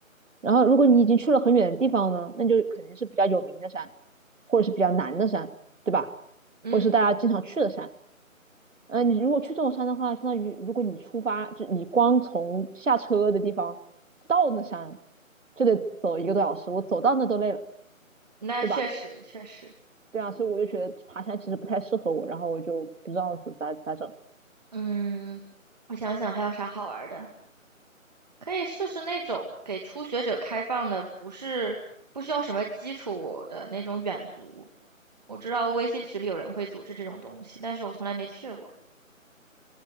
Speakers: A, on the right; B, on the right.
A: 然后，如果你已经去了很远的地方呢，那就肯定是比较有名的山，或者是比较难的山，对吧？
B: 嗯，
A: 或者是大家经常去的山。呃，你如果去这种山的话，相当于如果你出发，就你光从下车的地方到那山，就得走一个多小时，我走到那都累了，
B: 那确实确实，
A: 对吧？对啊，所以我就觉得爬山其实不太适合我，然后我就不知道咋咋整。
B: 嗯，我想想还有啥好玩儿的，可以试试那种给初学者开放的，不是不需要什么基础的那种远足。我知道微信群里有人会组织这种东西，但是我从来没去过。